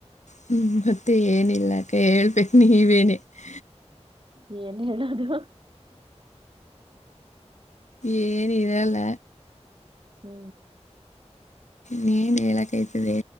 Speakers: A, on the left; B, on the right.
A: ಹ್ಮ ಮತ್ತೆ ಏನಿಲ್ಲಾಕ ಹೇಳ್ಬೇಕು ನೀ ಬನೆ್ಮ
B: ಏನ್ ಹೇಳೋದು
A: ಏನ್ ಇರಲ್ಲ
B: ಹ್ಮ್್ಮ
A: ನೀಏನ್ ಹೇಳಕ್ೈ್ತದೆ